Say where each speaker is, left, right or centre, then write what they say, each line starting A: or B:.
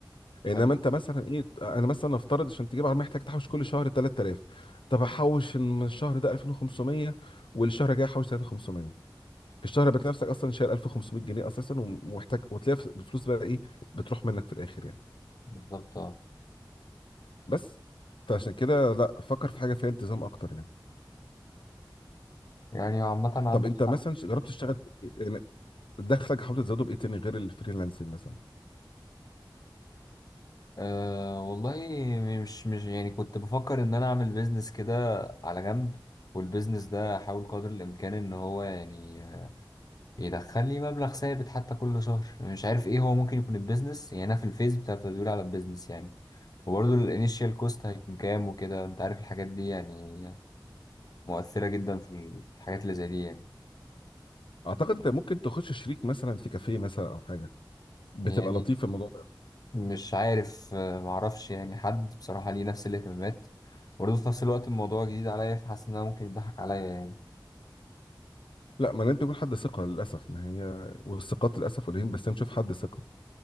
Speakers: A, on the left; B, on the left.
A: انما
B: فاهم.
A: انت مثلا ايه انا مثلا افترض عشان تجيب عربيه محتاج تحوش كل شهر 3000 طب احوش من الشهر ده 2500 والشهر الجاي احوش 3500 الشهر بتلاقي نفسك اصلا شايل 1500 جنيه اساسا ومحتاج وتلاقي الفلوس بقى ايه بتروح منك في الاخر يعني
B: بالظبط اه
A: بس فعشان كده لا فكر في حاجه فيها التزام اكتر يعني
B: يعني عامه عندك
A: طب انت مثلا
B: حق
A: ش- جربت تشتغل في إيه؟ يعني دخلك حاولت تزوده بايه تاني غير الفريلانسنج مثلا
B: أه والله مش مش يعني كنت بفكر ان انا اعمل بيزنس كده على جنب والبيزنس ده احاول قدر الامكان ان هو يعني يدخل لي مبلغ ثابت حتى كل شهر مش عارف ايه هو ممكن يكون البيزنس يعني انا في الفيز بتاع التدوير على البيزنس يعني وبرضه الانيشال كوست هيكون كام وكده انت عارف الحاجات دي يعني مؤثرة جدا في الحاجات اللي زي دي يعني
A: اعتقد انت ممكن تخش شريك مثلا في كافيه مثلا او حاجه بتبقى
B: يعني
A: لطيف في الموضوع ده
B: مش عارف آه، معرفش يعني حد بصراحة ليه نفس الاهتمامات برضه في نفس الوقت الموضوع جديد عليا فحاسس ان انا ممكن يضحك عليا يعني
A: لا ما لازم يكون حد ثقه للاسف ما هي والثقات للاسف قليلين بس نشوف حد ثقه